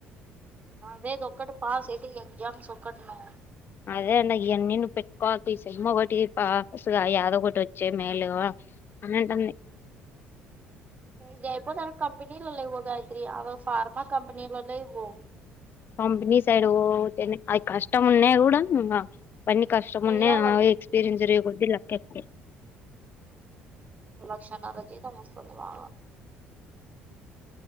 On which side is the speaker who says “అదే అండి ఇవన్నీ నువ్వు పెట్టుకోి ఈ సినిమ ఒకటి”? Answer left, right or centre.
Left